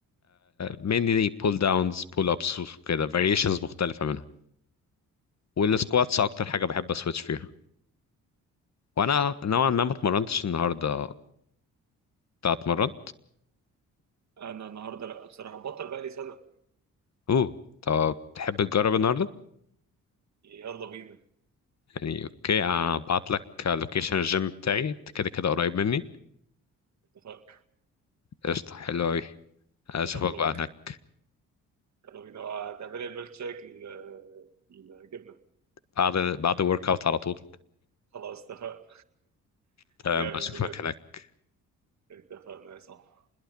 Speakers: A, on the left (about 50°); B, on the right (about 50°).
A: مينلي بول داونز بول ابس وكده فاريشنز مختلفه منهم والسكواتس
B: قوي.
A: اكتر حاجه بحب اسويتش فيها وانا نوعا ما ما اتمرنتش النهارده انت اتمرن
B: انا النهاردة لا بصراحة بطل بقى لي سنة
A: اوه طب تحب تجرب النهارده
B: يلا بينا
A: يعني اوكي هبعت لك لوكيشن الجيم بتاعي انت كده كده قريب مني
B: اتفقنا
A: قشطة حلو أوي أشوفك
B: يلا
A: بقى
B: بينا
A: هناك
B: يلا بينا هتعملي الميلك شيك ال- الجبنة
A: بعد بعد الورك أوت على طول
B: خلاص اتفقنا
A: تمام
B: <laughs> جامد
A: أشوفك
B: بجد
A: هناك
B: اتفقنا يا صاحبي